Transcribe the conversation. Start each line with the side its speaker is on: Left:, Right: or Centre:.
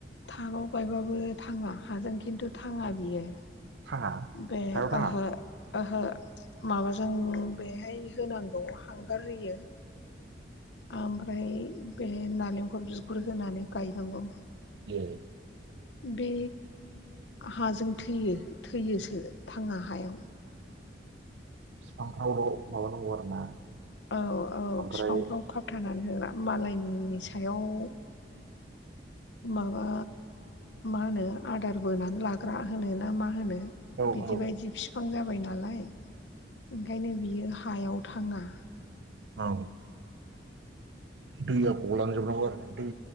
Left: टाबाव गायबाबो थाङा हाजों खिन्थु थाङा बियो
Right: थाङा
Left: बे
Right: हायाव थाङा
Left: आहो ओहो माबाजों बेहाय होनांगौ हांगार होयो ओमफ्राय बे नालेंखल बिगुर होनानै गायनांगौ
Right: ए
Left: बे हाजों थैयो थैयोसो थाङा हायाव
Right: बिफांफ्रावल' माबानांगौ आरो ना
Left: औ औ
Right: ओमफ्राय
Left: बिफांफ्राव खााबथानानै होग्रा मालायनि सायाव माबा मा होनो आदार बोनानै लाग्रा होनो ना मा होनो
Right: औ
Left: बिदि
Right: औ
Left: बायदि बिफां जाबाय नालाय ओंखायनो बियो हायाव थाङा
Right: औ दैया गलांजोबनांगौ आरो दै